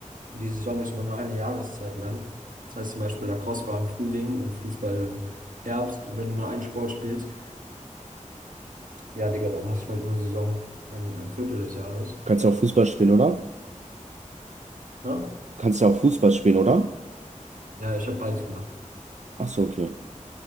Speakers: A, on the right (about 85°); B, on the right (about 60°).
A: Und Die Saison ist immer nur eine Jahreszeit lang. Das heißt zum Beispiel Lacrosse war im Frühling und Fußball im Herbst und wenn du nur einen Sport spielst, ja, Digga, dann hast du halt nur eine Saison, ein, ein Viertel des Jahres.
B: Kannst du auch Fußball spielen, oder?
A: Ja,
B: Kannst du auch Fußball spielen, oder?
A: ja ich habe beides gemacht.
B: Ach so, okay.